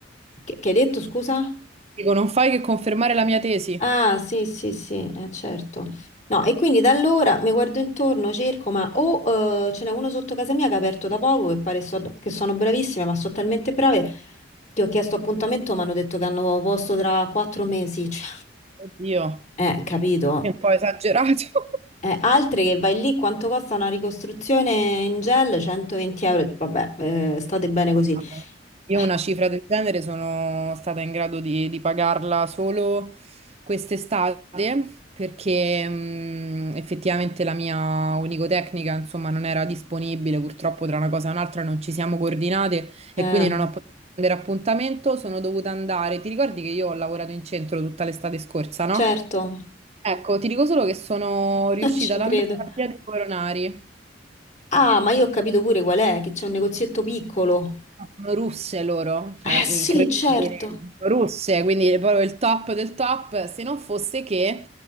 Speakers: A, on the left; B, on the right.
A: Che, che hai detto, scusa?
B: Dico, non fai che confermare la mia tesi.
A: Ah, sì, sì, sì, eh, certo. No, e quindi da allora mi guardo intorno, cerco, ma o eh, ce n'è uno sotto casa mia che ha aperto da poco e pare so- che sono bravissime, ma sono talmente brave che ho chiesto appuntamento, ma hanno detto che hanno posto tra quattro mesi. <laughs> Cioè,
B: Oddio.
A: eh, capito?
B: È un po' esagerato. <laughs>
A: Eh, altre che vai lì, quanto costa una ricostruzione in gel? 120 euro. Vabbè, eh, state bene così.
B: Ah, Io
A: Ecco,
B: una cifra del genere sono stata in grado di, di pagarla solo quest'estate perché mh, effettivamente la mia onicotecnica, insomma, non era disponibile, purtroppo tra una cosa e un'altra non ci siamo coordinate
A: eh,
B: e quindi non ho potuto prendere appuntamento, sono dovuta andare. Ti ricordi che io ho lavorato in centro tutta l'estate scorsa, no?
A: certo, <laughs>
B: Ecco, ti dico solo che sono riuscita
A: non ci
B: ad
A: credo.
B: andare a Via dei Coronari.
A: Ah, ma io ho capito pure qual è, che c'è un negozietto piccolo.
B: Sono russe loro,
A: Eh
B: cioè
A: sì,
B: incredibile,
A: certo.
B: russe, quindi è proprio il top del top, se non fosse che